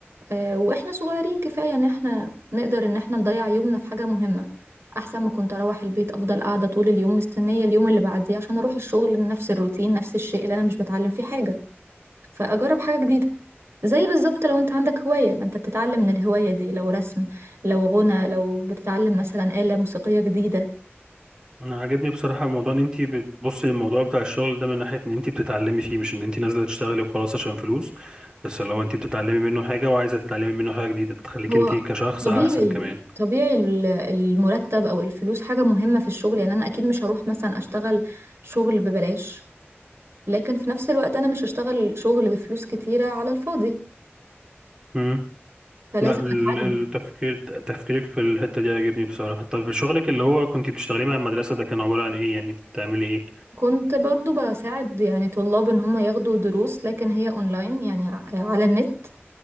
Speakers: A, on the right; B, on the right.
A: آه، واحنا صغيرين كفاية ان احنا نقدر ان احنا نضيع يومنا في حاجة مهمة احسن ما كنت اروح البيت افضل قاعدة طول اليوم مستنية اليوم اللي بعديه عشان اروح الشغل نفس الروتين نفس الشيء اللي انا مش بتعلم فيه حاجة فاجرب حاجة جديدة زي بالظبط لو انت عندك هواية ما انت بتتعلم من الهواية دي لو رسم لو غنى لو بتتعلم مثلا آلة موسيقية جديدة
B: انا عاجبني بصراحه الموضوع ان انت بتبصي للموضوع بتاع الشغل ده من ناحيه ان انت بتتعلمي فيه مش ان انت نازله تشتغلي وخلاص عشان فلوس بس اللي هو انت بتتعلمي منه حاجه وعايزه تتعلمي منه حاجه جديده تخليك
A: هو
B: انت كشخص
A: طبيعي
B: احسن كمان
A: طبيعي ال- المرتب او الفلوس حاجة مهمة في الشغل يعني انا اكيد مش هروح مثلا اشتغل شغل ببلاش لكن في نفس الوقت انا مش هشتغل شغل بفلوس كتيرة على الفاضي
B: امم
A: فلازم
B: لا ال-
A: اتعلم
B: التفكير تفكيرك في الحته دي عاجبني بصراحه طب شغلك اللي هو كنت بتشتغليه مع المدرسه ده كان عباره عن ايه يعني بتعملي
A: كنت برضو بساعد يعني طلاب ان هم ياخدوا دروس لكن هي اونلاين يعني ع- على النت